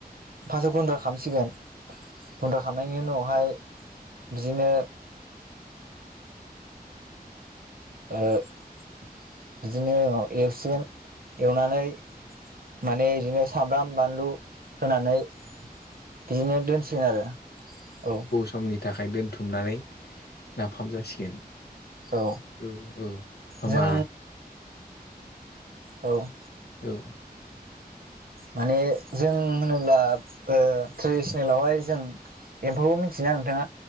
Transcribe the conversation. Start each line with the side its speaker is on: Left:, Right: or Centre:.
Right: फासाव गुन्द्रा खामसिगोन गुन्द्रा खाम खांनायनि उनावहाय बिदिनो ओ बिदिनो एवसिगोन एवनानै माने इदिनो सामब्राम बानलु होनानै बिदिनो दोनसिगोन आरो औ।
Left: समनि थाखाय दोनथुमनानै नाफाम जासिगोन
Right: औ
Left: औ औ होमबा
Right: जों औ।
Left: औ।
Right: माने जों होनोब्ला ओ ट्रेडिसनेलावहाय जों एम्फौबो मिथियोना नोंथाङा?